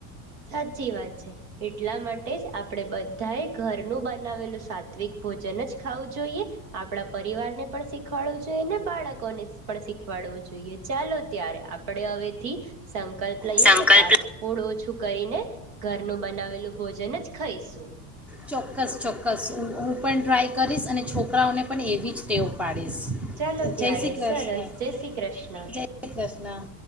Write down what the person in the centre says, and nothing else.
સંકલ્પ
ચોક્કસ ચોક્કસ હું હું પણ ટ્રાય કરીશ અને છોકરાઓને પણ એવી જ ટેવ પાડીશ
જય શ્રી કૃષ્ણ
જય શ્રી કૃષ્ણ